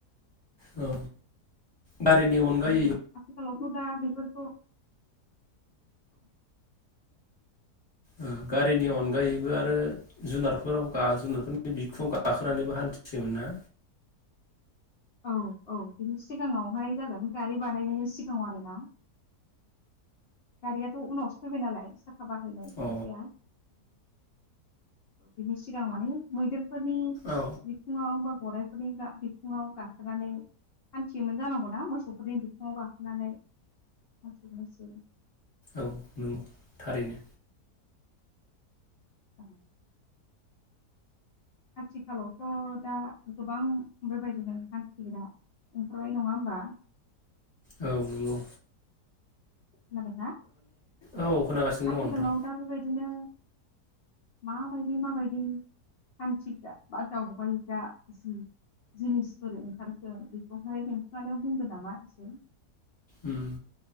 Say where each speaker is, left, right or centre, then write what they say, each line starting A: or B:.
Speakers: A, on the left; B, on the left.
A: औ गारिनि अनगायैबो
B: आरो आथिखालावथ' दा बेफोरखौ औ
A: ओ गा रिनि अनगायैबो आरो जुनारफोराव गा जुनारफोरनि बिखुङाव गाखोनानैबो हान्थियोमोन ना
B: औ औ बिनि सिगाङावहाय जागोन गारि बानायनायनि सिगाङाव आरोना गारियाथ' उनावसो फैबाय नालाय हाबाहैनाय खान्थिया
A: अ
B: बिनि सिगां माने मैदेर फोरनि
A: औ
B: बिथिङाव बा गराइफोरनि बिखुङाव गाखोनानै हान्थियोमोन जानांगौना मोसौफोरनि बिखुङाव गाखोनानै मोसौ मैसो
A: औ नोंगौ थारैनो
B: औ आथिखालावथ' दा गोबां बेबायदिनो हान्थिग्रा ओंखारबाय नङा होमबा
A: औ नोंगौ
B: खोनादों ना?
A: औ खोनागासिनो
B: आथिखालाव
A: दङ नोंथां
B: दा बेबायदिनो माबायदि माबायदि हान्थिग्रा बा दावबायग्रा जि- जिनिसफोर ओंखारखो बेखौहाय नोंथाङानो बुंदो नामा एसे
A: ओम